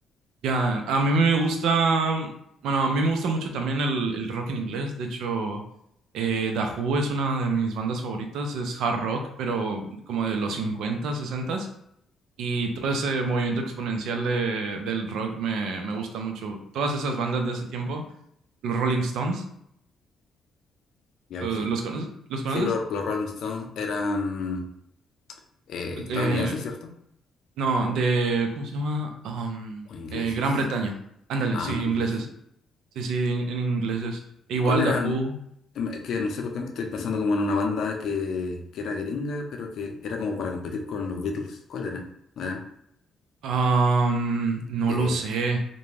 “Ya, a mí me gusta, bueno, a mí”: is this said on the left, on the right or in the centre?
Right